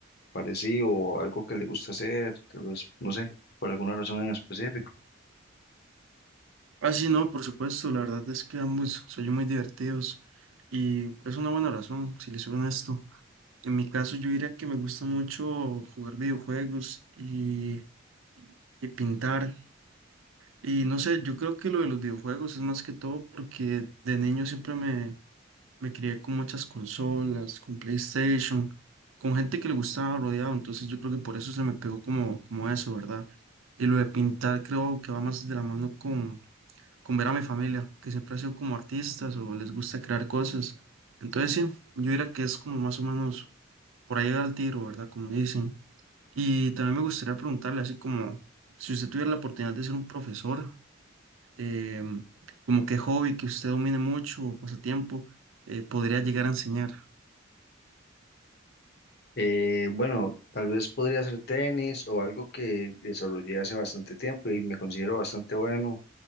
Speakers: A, on the left (about 50°); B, on the right (about 75°).
A: parecido o algo que le gusta hacer, tal vez, no sé, por alguna razón en específico.
B: Así no, por supuesto, la verdad es que ambos soy muy divertidos y es una buena razón, si les soy honesto. En mi caso, yo diría que me gusta mucho jugar videojuegos y, y pintar. Y no sé, yo creo que lo de los videojuegos es más que todo porque de niño siempre me, me crié con muchas consolas, con PlayStation, con gente que le gustaba rodeado. Entonces yo creo que por eso se me pegó como, como eso, ¿verdad? Y lo de pintar creo que va más de la mano con, con ver a mi familia, que siempre ha sido como artistas o les gusta crear cosas. Entonces sí, yo diría que es como más o menos por ahí al tiro, ¿verdad? Como dicen. Y también me gustaría preguntarle, así como si usted tuviera la oportunidad de ser un profesor, em, como qué hobby que usted domine mucho o pasatiempo eh, podría llegar a enseñar.
A: Eh, bueno, tal vez podría ser tenis o algo que desarrollé hace bastante tiempo y me considero bastante bueno,